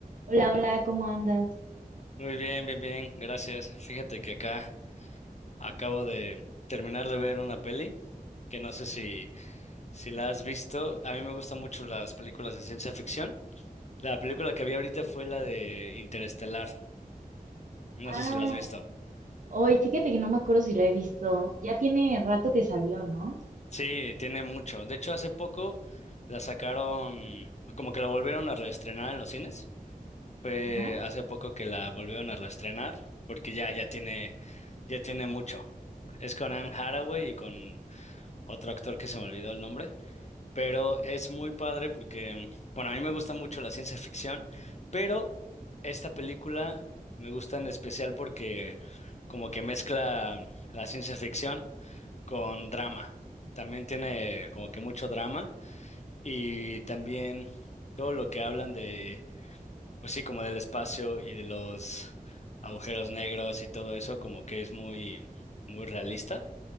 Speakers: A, on the right (about 60°); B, on the left (about 50°).
A: Hola, hola, ¿cómo andas?
B: Muy bien, bien, bien, gracias. Fíjate que acá acabo de terminar de ver una peli que no sé si, si la has visto. A mí me gustan mucho las películas de ciencia ficción. La película que vi ahorita fue la de Interestelar.
A: Ah,
B: No sé si la has visto.
A: hoy fíjate que no me acuerdo si la he visto. Ya tiene rato que salió, ¿no?
B: Sí, tiene mucho. De hecho, hace poco la sacaron, como que la volvieron a reestrenar en los cines. Fue
A: Ajá.
B: hace poco que la volvieron a reestrenar porque ya, ya tiene, ya tiene mucho. Es con Anne Hathaway y con otro actor que se me olvidó el nombre, pero es muy padre porque, bueno, a mí me gusta mucho la ciencia ficción, pero esta película me gusta en especial porque como que mezcla la ciencia ficción con drama. También tiene como que mucho drama y también todo lo que hablan de, pues sí, como del espacio y de los agujeros negros y todo eso, como que es muy, muy realista.